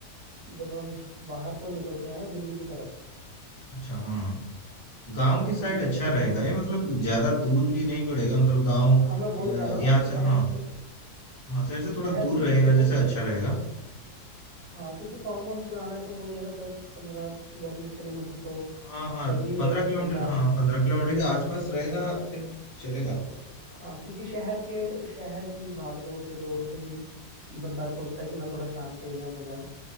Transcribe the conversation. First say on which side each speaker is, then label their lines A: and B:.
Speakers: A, on the right; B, on the left.
A: जब हम बाहर को निकलते हैं ना दिल्ली की तरफ
B: अच्छा हाँ गांव
A: है ना
B: की साइड
A: दिल्ली
B: अच्छा
A: की तरफ
B: रहेगा
A: जब हम
B: ये मतलब ज्यादा दूर भी नहीं पड़ेगा मतलब गांव अ,
A: हाँ मैं वही कह रहा हूँ
B: यहाँ
A: ना कि
B: से
A: शहर
B: हाँ
A: से
B: हाँ शहर से थोड़ा
A: शहर
B: दूर
A: से
B: रहेगा
A: देखो
B: जैसे अच्छा रहेगा
A: हाँ क्योंकि फार्म हाउस बनाना है तो वही है ना दस पंद्रह या बीस किलोमीटर तो
B: हाँ हाँ
A: चाहिए ही
B: पंद्रह
A: है कि
B: किलोमीटर
A: बंदा
B: हाँ पंद्रह किलोमीटर के आसपास रहेगा फिर चलेगा
A: हाँ क्योंकि शहर के शहर की भागदौड़ से दौड़ से ही बंदा सोचता है कि मैं थोड़ा शांत एरिया में जाऊं